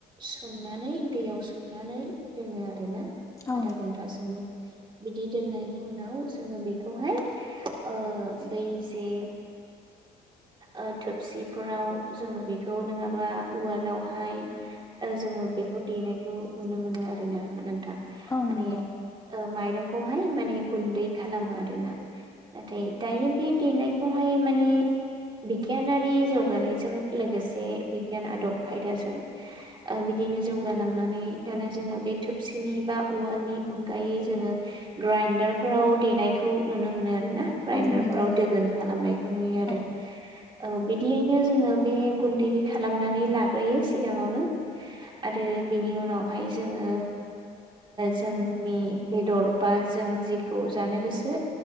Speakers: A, on the right; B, on the left.
A: सोमनानै दैयाव सोमनानै दोनो आरोना
B: औ
A: आधा
B: नोंथां
A: घन्टासोनि बिदि दोननायनि उनाव जोङो बेखौहाय ओ दै जे ओ थोपसिफोराव जोङो बेखौ नङाबा उवालावहाय ओ जोङो बे खो देनायखौ नुनो मोनो आरो ना नोंथां
B: औ
A: माने
B: नंगौ
A: ओ माइरंखौ हाय माने गुन्दै खालामो आरोना नाथाय दायो बे देनायखौहाय माने बिगियानारि जौगानायजों लोगोसे बिगियान आदब खायदाजों ओ बिदिनो जौग लांनानै द जोङो बे थोरसिनि बा उवालनि अनगायै जोङो ग्राइडारफोराव देनायखौ नुनो मोनो आरो ना ग्राइडार
B: औ नंगौ
A: फोराव
B: नों
A: दोगोन खालामनायखौ नुयो आरो
B: औ
A: औ बिदियैनो जोङो बे गुन्दै खालामनानै लाग्रोयो सिगाङावनो आरो बेनि उनावहाय जोङो जोंनि बेदर बा जों जेखौ जानो गोसो